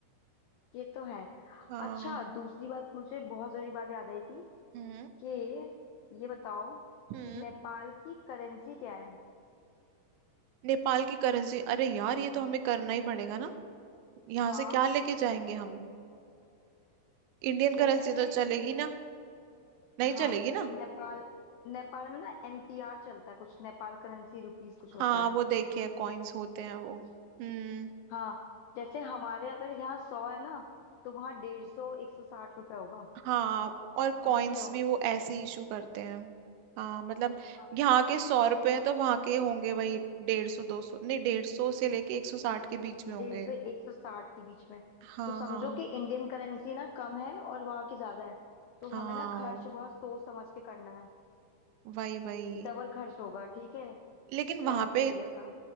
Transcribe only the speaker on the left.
ये तो है
अच्छा दूसरी बात मुझे बहुत जरूरी बात याद आई थी
कि ये बताओ
कि नेपाल की करेंसी क्या है
हाँ
जैसे
कि
न-
हाँ
नेपाल नेपाल में ना एनपीआर चलता है कुछ नेपाल करेंसी रुपीस कुछ होता
है
हाँ जैसे हमारे अगर यहाँ सौ है ना तो वहाँ डेढ़ सौ एक सौ साठ रुपये होगा
समझ रही हो
हाँ
डेढ़ सौ एक सौ साठ के बीच में
तो समझो
कि इंडियन करेंसी ना कम है और वहाँ की ज्यादा है तो
हमें ना खर्च बहुत सोच समझ के करना है
डबल खर्च होगा ठीक है
सौ
रुपये
इंडिया का